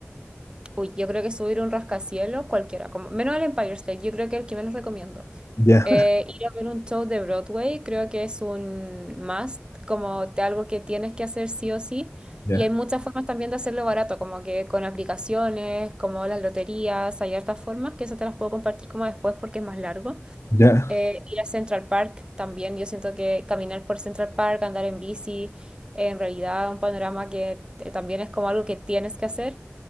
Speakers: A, on the right (about 20°); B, on the left (about 70°).
A: Uy, yo creo que subir un rascacielos, cualquiera, como, menos el Empire State, yo creo que el que menos recomiendo.
B: Ya.
A: Eh, ir a ver un show de Broadway, creo que es un must, como te- algo que tienes que hacer sí o sí.
B: Ya,
A: Y hay muchas formas también de hacerlo barato, como que con aplicaciones, como las loterías, hay hartas formas, que eso te las puedo compartir como después porque es más largo.
B: ya,
A: Eh, ir a Central Park también, yo siento que caminar por Central Park, andar en bici, en realidad un panorama que eh, también es como algo que tienes que hacer